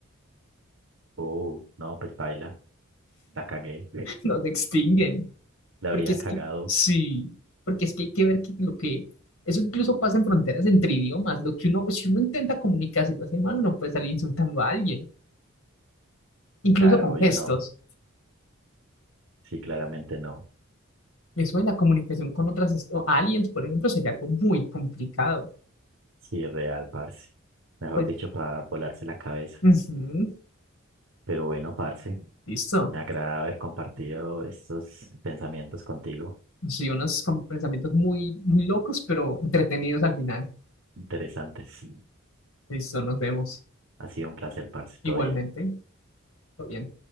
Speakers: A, on the right; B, on the left.
A: Oh, no, pues baila, la cagué,
B: <laughs> Nos extinguen.
A: la
B: Porque
A: habría
B: es
A: cagado.
B: que, sí, porque es que hay que ver que lo que, eso incluso pasa en fronteras entre idiomas, lo que uno, si uno intenta comunicarse y lo hace mal, uno puede salir insultando a alguien, incluso
A: Claro,
B: con gestos.
A: yo no. Sí, claramente no.
B: Eso de la comunicación con otras est- o aliens, por ejemplo, sería algo muy complicado.
A: Sí, real, parce. Mejor
B: Pues,
A: dicho, para volarse la cabeza.
B: ujú.
A: Pero bueno, parce,
B: Listo.
A: me agrada haber compartido estos pensamientos contigo.
B: Sí, unos como pensamientos muy, muy locos, pero entretenidos al final.
A: Interesantes.
B: Listo, nos vemos.
A: Ha sido un placer, parce.
B: Igualmente.
A: Todo bien.
B: Todo bien.